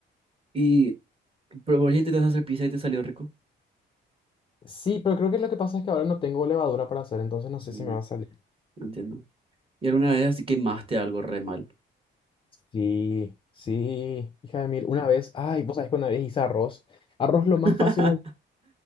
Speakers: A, on the right (about 30°); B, on the left (about 25°).
A: Y pero vos ya intentaste hacer pizza y te salió rico.
B: Sí, pero creo que lo que pasa es que ahora no tengo levadura para hacer, entonces no sé
A: Mm,
B: si me va a salir.
A: no entiendo. Y alguna vez así quemaste algo re mal.
B: Sí, sí, hija de mil. Una vez, ay, vos sabés que una vez hice arroz. Arroz lo
A: <laughs>
B: más fácil del-